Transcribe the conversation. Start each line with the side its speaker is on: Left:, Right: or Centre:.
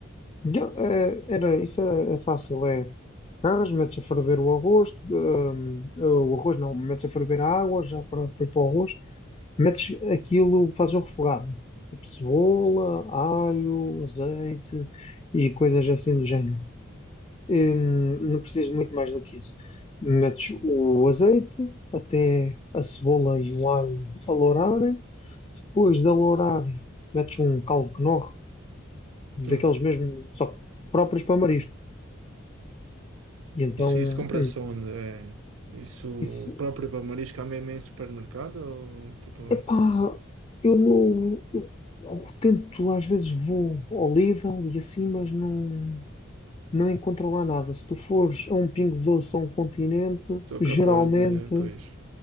Left: Já, eh, era, isso é, é fácil, é. Agarras, metes a ferver o arroz, hum, eh, o arroz não, metes a ferver a água, já para depois para o arroz, metes aquilo, fazes um refogado. Tipo cebola, alho, azeite e coisas assim do género. Hum, não precisas de muito mais do que isso. Metes o azeite até a cebola e o alho alourarem. Depois de alourarem, metes um caldo Knorr, daqueles
Right: Sim.
Left: mesmo, só próprios para marisco E então,
Right: Isso, isso compra-se
Left: hum,
Right: onde? É, isso
Left: isso,
Right: próprio para marisco há mesmo em supermercado? Ou tipo,
Left: epá, eu não, eu tento, às vezes vou ao Lidl e assim, mas não, não encontro lá nada. Se tu fores a um Pingo Doce ou a um Continente,
Right: sou
Left: geralmente
Right: capaz de, pois,